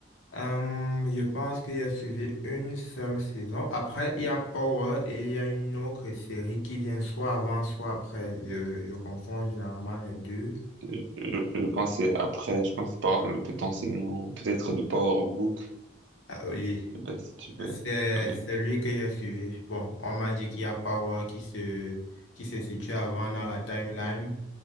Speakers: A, on the left; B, on the right.
A: euh, hum, je pense qu'il y a suivi une seule saison. Après, il y a Power et il y a une autre série qui vient soit avant, soit après. Je, je confonds généralement les deux.
B: Je, je je pense que c'est après, je pense que c'est par- potentiellement peut-être de Power Book.
A: Ah oui,
B: Bah, si tu veux.
A: c'est
B: Ouais.
A: c'est lui que j'ai suivi. Bon, on m'a dit qu'il y a Power qui se, qui se situe avant dans la timeline.